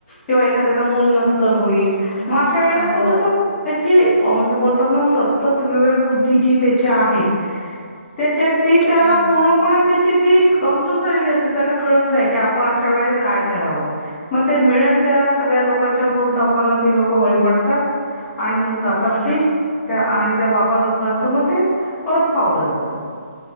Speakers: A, on the left; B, on the left.
A: किंवा एखाद्याला मूल नसतल होईत.
B: नसत
A: म अशा वेळेला
B: हो
A: तो कस त्याची म्हणजे बोलतात ना सत्सत विवेक बुद्धी जी त्याची आहे. त्याच्यात
B: हम्म
A: पण त्याची ती कमजोर झालेली असते त्याला कळत नाय की आपण अशा वेळेला काय करावं. मग ते मिळेल त्या सगळ्या लोकांच्या भुलथापांना ते लोक बळी पडतात. आणि मग जातात
B: हो ना
A: ते त्या आणि त्या बाबा लोकांचं म ते परत फावलं जातं.